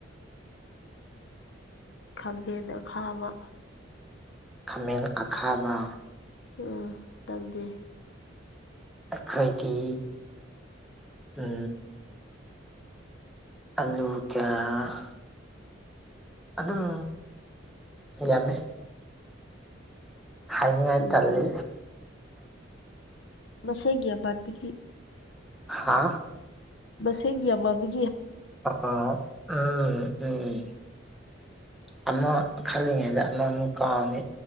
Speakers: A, on the left; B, in the centre.
A: ꯈꯥꯝꯕꯦꯟꯗ ꯈꯥꯕ
B: ꯈꯥꯃꯦꯟ ꯑꯈꯥꯕ
A: ꯎꯝ ꯇꯪꯗꯦ
B: ꯑꯩꯈꯣꯏꯗꯤ ꯎ ꯑꯂꯨ ꯀꯌꯥ ꯑꯗꯨꯝ ꯌꯥꯝꯃꯦ ꯍꯥꯏꯅꯤꯡꯉꯥꯏ
A: ꯌꯥꯝ
B: ꯇꯜꯂꯤ
A: ꯁ ꯍꯦꯒꯕ ꯎ
B: ꯍꯥꯥ
A: ꯁꯦꯡꯒꯌꯥꯃꯃꯤ
B: ꯑ ꯎꯝ ꯎꯝ ꯑꯃ ꯈꯜꯂꯤꯉꯩꯗ ꯑꯃ ꯑꯃꯨꯛ ꯀꯥꯎꯅꯤ